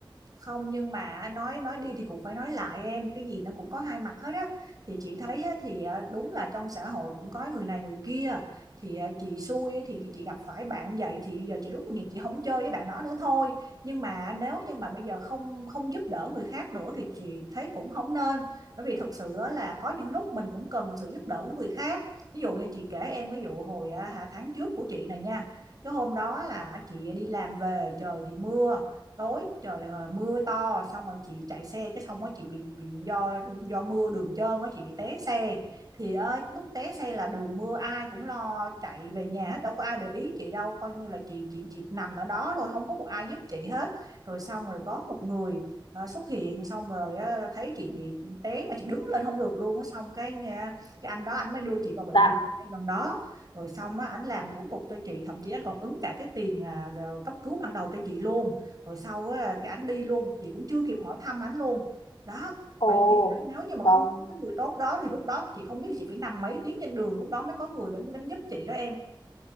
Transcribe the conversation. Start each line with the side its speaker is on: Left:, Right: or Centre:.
Right: không nhưng mà nói nói đi thì cũng phải nói lại em cái gì nó cũng có hai mặt hết á thì chị thấy á, thì à, đúng là trong xã hội cũng có người này người kia thì à, chị xui á, thì chị gặp phải bạn vậy thì giờ chị rút kinh nghiệm chị không chơi với bạn đó nữa thôi nhưng mà nếu như mà bây giờ không không giúp đỡ người khác nữa thì chị thấy cũng không nên bởi vì thật sự á, là có những lúc mình cũng cần sự giúp đỡ của người khác ví dụ như chị kể em ví dụ hồi à, tháng trước của chị này nha cái hôm đó là chị đi làm về trời thì mưa tối trời ờ, mưa to xong rồi chị chạy xe cái xong rồi chị bị bị do do mưa đường trơn á chị bị té xe thì ờ, lúc té xe là đường mưa ai cũng lo chạy về nhà hết đâu có ai để ý chị đâu coi như là chị chị chị nằm ở đó thôi không có một ai giúp chị hết rồi xong rồi có một người ờ, xuất hiện xong rồi ờ, thấy chị bị té mà chị đứng lên không được luôn á xong cái ờ, cái anh đó anh mới đưa chị vào bệnh
Left: dạ
Right: viện ngay gần đó rồi xong á anh làm thủ tục cho chị thậm chí anh còn ứng cả cái tiền à, cấp cứu ban đầu cho chị luôn rồi sau á, cái ảnh đi luôn chị cũng chưa kịp hỏi thăm ảnh luôn đó
Left: ồ
Right: vậy thì á, nếu như mà
Left: vâng
Right: không có cái người tốt đó thì lúc đó chị không biết là chị phải nằm mấy tiếng trên đường lúc đó mới có người đến đến giúp chị đó em